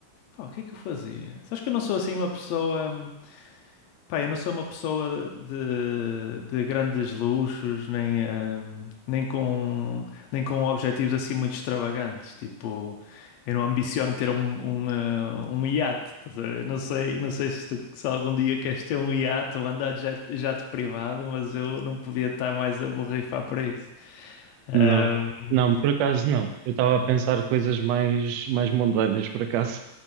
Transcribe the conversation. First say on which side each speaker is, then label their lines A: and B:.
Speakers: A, on the left; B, on the right.
A: pá, o que é que eu fazia? Sabes que eu não sou assim uma pessoa. hum, Pá, eu não sou uma pessoa de, de grandes luxos, nem, ehm, nem com, nem com objetivos assim muito extravagantes. Tipo, eu não ambiciono ter um, um, eh, um iate, estás a ver? Não sei, não sei se, tu- se algum dia queres ter um iate ou andar de jato, jato privado, mas eu não podia estar mais a borrifar para isso. Hum,
B: Não, não, por acaso não. Eu estava a pensar coisas mais, mais mundanas, por acaso.